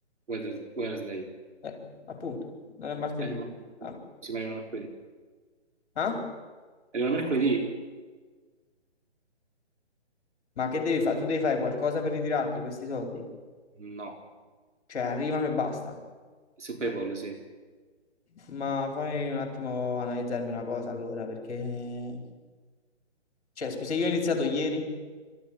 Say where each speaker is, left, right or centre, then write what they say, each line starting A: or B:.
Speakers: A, on the right (about 85°); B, on the left (about 35°).
A: Wednes- Wednesday.
B: Eh, appunto, non è martedì.
A: Eh, no.
B: Ah,
A: Sì, ma arriva mercoledì.
B: ah?
A: Arriva mercoledì?
B: Ma che devi fare? Tu devi fare qualcosa per ritirarti questi soldi?
A: No.
B: Cioè, arrivano e basta.
A: Su PayPal, sì.
B: Ma fammi un attimo analizzarmi una cosa allora, perché... Cioè, scusa, io ho iniziato ieri?